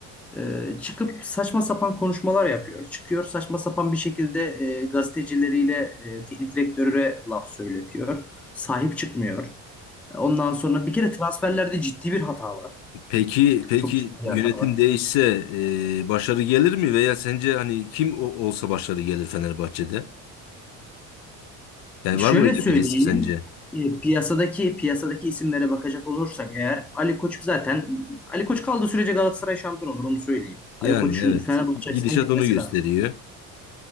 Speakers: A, in the centre; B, on the left.
A: Ee, çıkıp saçma sapan konuşmalar yapıyor. Çıkıyor saçma sapan bir şekilde e, gazetecileriyle e, teknik direktöre laf söyletiyor. Sahip çıkmıyor. Ondan sonra bir kere transferlerde ciddi bir hata var.
B: Peki peki
A: Çok ciddi bir
B: yönetim
A: hata var.
B: değişse e, başarı gelir mi veya sence hani kim o- olsa başarı gelir Fenerbahçe'de? Yani
A: Şöyle
B: var mı öyle
A: söyleyeyim.
B: birisi sence?
A: e, Piyasadaki piyasadaki isimlere bakacak olursak eğer Ali Koç zaten Ali Koç kaldığı sürece Galatasaray şampiyon olur onu söyleyeyim.
B: Yani
A: Ali Koç'un
B: evet.
A: Fenerbahçe
B: Gidişat
A: açısından gitmesi
B: onu gösteriyor.
A: lazım.